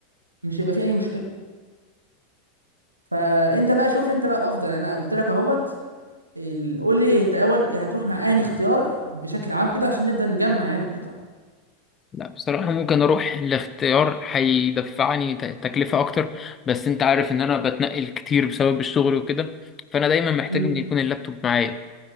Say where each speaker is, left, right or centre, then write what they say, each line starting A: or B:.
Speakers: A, on the right (about 90°); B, on the left (about 25°).
A: مش هيبقى فيه اي مشكله فانت بقى شوف انت بقى الافضل يعني انا قلت لك اهوت ال- قول لي انت اول هتروح مع اهني اختيار بشكل عام كده عشان نبدا نجمع يعني قطع
B: لا بصراحه ممكن اروح لاختيار هيدفعني ت- تكلفه اكتر بس انت عارف ان انا بتنقل كتير بسبب الشغل وكده فانا دايما محتاج
A: مم.
B: ان يكون اللابتوب معايا